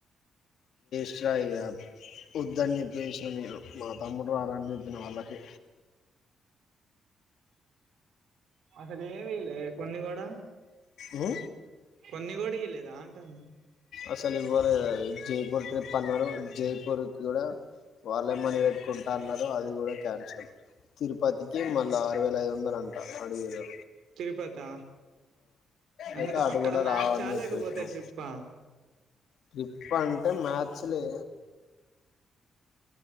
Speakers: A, on the left (about 70°); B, on the right (about 80°).
A: శయాబ్ వద్దని చెప్పేసిన నేను మా తమ్ముడు వార అని చెప్పిన వాళ్ళకి
B: అసలు ఏమిలే కొన్ని కూడా
A: ఉ
B: కొన్ని కూడా ఇయలేదా అంట అన్నా
A: అసలు ఇవ్వలేదు అది జైపూర్ ట్రిప్ అన్నారు జైపూర్కి కూడా వాళ్ళేమనీ పెట్టుకుంటా అన్నారు అది కూడా క్యాన్సల్ తిరుపతికి మల్ల ఆరు వేల ఐదు వందలు అంట అడిగిరి
B: తిరుపతి ఆ ఎందుకు
A: అయితే అటు
B: అక్కడ
A: కూడా
B: మ్యాచ్
A: రావని
B: ఆ
A: చెప్పేసినాం
B: లేకపోతే ట్రిప్పా
A: ట్రిప్ అంటే మ్యాచ్ లే